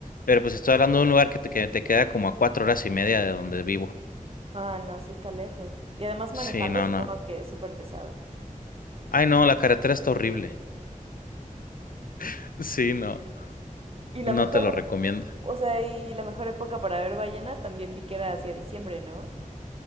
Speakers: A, on the left (about 90°); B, on the right (about 45°).
A: pero pues estoy hablando de un lugar que te, que te queda como a cuatro horas y media de donde vivo.
B: Ah, no, sí está lejos. Y además manejando
A: Sí, no,
B: supongo
A: no.
B: que es súper pesado.
A: Ay, no, la carretera está horrible. <laughs> Sí, no,
B: Y la
A: no
B: mejor,
A: te lo
B: ep-
A: recomiendo.
B: o sea, y la mejor época para ver ballenas también vi que era hacia diciembre, ¿no?